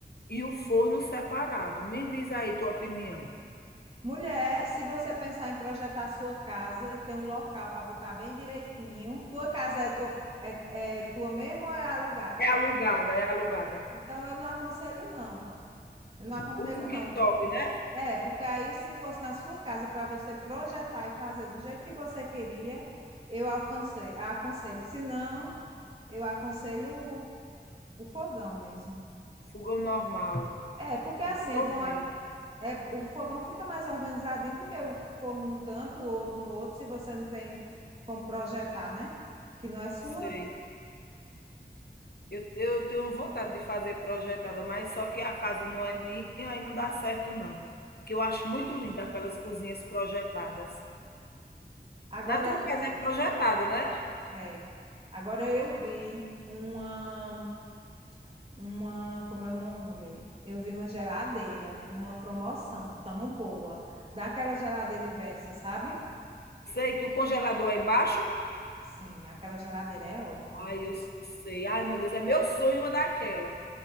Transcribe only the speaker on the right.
Mulher, se você pensar em projetar a sua casa e ter um local para botar bem direitinho, tua casa é tua, é, é tua mesmo ou é alugada?
Então, eu não aconselho, não. Eu não aconselho,
não.
É, porque aí, se fosse na sua casa para você projetar e fazer do jeito que você queria, eu alcancei, aconselho. Se não, eu aconselho o fogão mesmo.
É, porque assim,
é bom
É, o fogão fica mais organizadinho do que o forno num canto, o outro no outro, se você não tem como projetar, né? Que não é sua.
Agora,
é, agora eu vi uma, uma, como é o nome, mulher? Eu vi uma geladeira numa promoção tão boa, daquela geladeira inversa, sabe?
Sim, aquela geladeira é ótima.